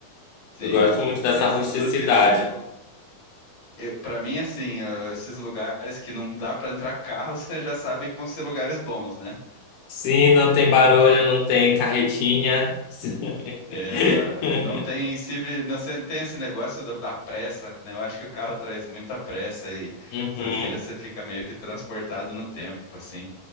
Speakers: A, on the left; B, on the left.
A: Sim,
B: Eu gosto
A: sim.
B: muito dessa
A: Essas
B: rusticidade.
A: duas ilhas que eu, eu para mim, assim, eh, esses lugares que não dá pra entrar carro, <laughs> você já sabe que vão ser lugares bons, né?
B: Sim, não tem barulho, não tem carretinha. <laughs>
A: Exato. Não tem, civi- não se- tem esse negócio do- da pressa, né? Eu acho que o carro traz muita pressa e
B: Uhum,
A: essas ilhas você fica meio que transportado no tempo, assim.